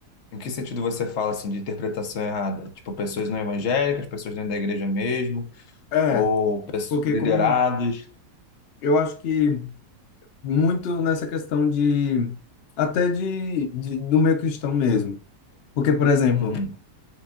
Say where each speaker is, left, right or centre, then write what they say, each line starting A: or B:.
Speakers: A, on the left (about 55°); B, on the left (about 75°).
A: em que sentido você fala assim de interpretação errada? Tipo, pessoas não evangélicas, pessoas dentro da igreja mesmo,
B: é,
A: ou pesso-
B: porque
A: liderados?
B: como eu acho que muito nessa questão de até de, de do meio cristão mesmo. Porque, por exemplo,
A: Uhum,